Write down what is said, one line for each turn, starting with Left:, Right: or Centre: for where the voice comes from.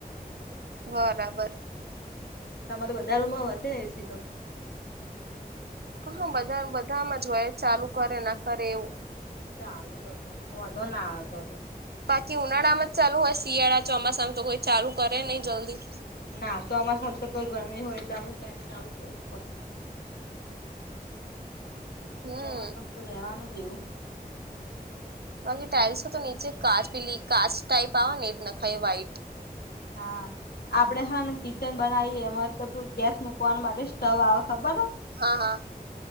Right: બરાબર,
Left: તમારે બધા રૂમમાં હશેને એસીતો.
Right: હા બધા બધામાં જ હોય ચાલુ કરે ના કરે એવું.
Left: ચાલતો હતો વાંધોના આવતો હતો.
Right: બાકી ઉનાળામાં જ ચાલુ હોય શિયાળા ચોમાસામાં તો કોઈ ચાલુ કરે નહીં જલ્દી
Left: ના ચોમાસામાં તો તો ગરમી હોય એટલે અમુક ત્યાંથી ચાલુ કરવી જ પડે.
Right: હમ
Left: ચોમાસામાં પરતુ રહેવાનું જ એવું,
Right: બાકી ટાઈલ્સ તો નીચે કાચ પીલી કાચ ટાઈપ આવેવા ને એજ નખાઈ વ્હાઈટ
Left: હા, આપડે હાને કિચન બનાવીએ એમાડું ગેસ મુકવા માટે સ્ટવ આવે ખબર હો.
Right: હા, હા.